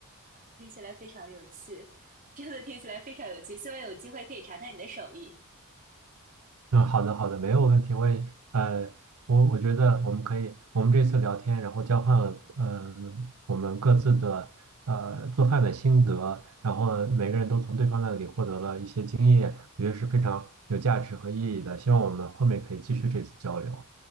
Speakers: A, on the right; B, on the right.
A: 听起来非常有趣，真的听起来非常有趣。希望有机会可以尝尝你的手艺。
B: 嗯，好的好的，没有问题。我也呃，我我觉得我们可以，我们这次聊天，然后交换了嗯、呃我们各自的呃做饭的心得，然后每个人都从对方那里获得了一些经验，我觉得是非常有价值和意义的。希望我们后面可以继续这次交流。